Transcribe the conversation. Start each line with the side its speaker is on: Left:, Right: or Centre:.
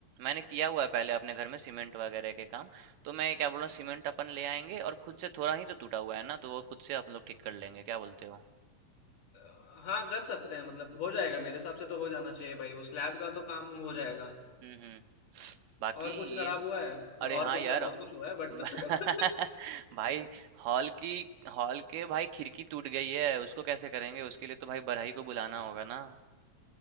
Right: मैंने किया हुआ है पहले अपने घर में सीमेंट वगैरह के काम तो मैं क्या बोल रहा हूँ सीमेंट अपन ले आएंगे और खुद से थोड़ा ही तो टूटा हुआ है ना तो वो खुद से आप लोग ठीक कर लेंगे क्या बोलते हो
Left: अ, हाँ कर सकते हैं मतलब हो जाएगा मेरे हिसाब से तो हो जाना चाहिए भाई उस लैब का तो काम हो जाएगा
Right: हम्म हम्म बाकी
Left: और कुछ खराब
Right: ये
Left: हुआ है
Right: अरे
Left: और
Right: हाँ
Left: कुछ
Right: यार
Left: क्या बहुत कुछ हुआ है बट
Right: <laughs>
Left: <laughs>
Right: भाई हॉल की हॉल के भाई खिड़की टूट गई है उसको कैसे करेंगे उसके लिए तो भाई बड़हई को बुलाना होगा ना